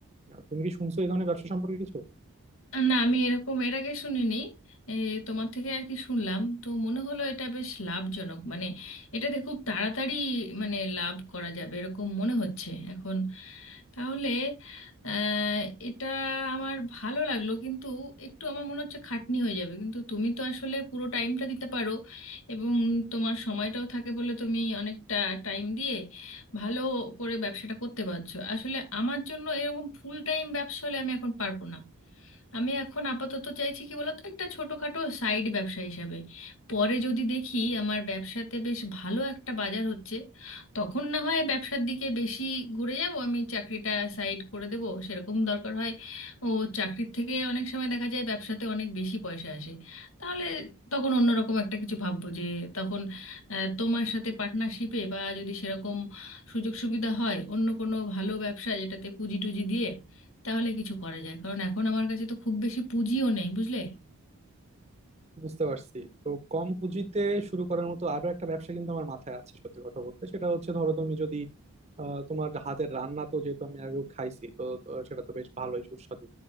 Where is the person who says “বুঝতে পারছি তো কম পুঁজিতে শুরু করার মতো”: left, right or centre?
Right